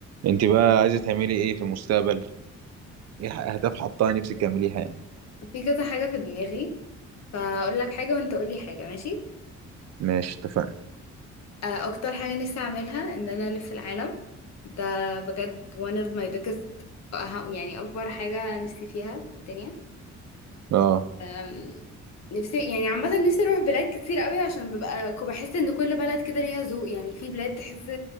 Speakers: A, on the right; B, on the left.
A: انت بقى عايزه تعملي ايه في المستقبل ايه اهداف حطها نفسك تعمليها يعني
B: في كذا حاجة في دماغي فأقول لك حاجة وأنت قولي حاجة ماشي
A: ماشي اتفقنا
B: آه، أكتر حاجة نفسي أعملها إن أنا ألف العالم ده بجد one of my biggest أه- يعني أكبر حاجة نفسي فيها في الدنيا
A: اه
B: أم، نفسي يعني عامة نفسي أروح بلاد كتير قوي عشان ببقى ك- بحس إن كل بلد كده ليها ذوق يعني في بلاد تحس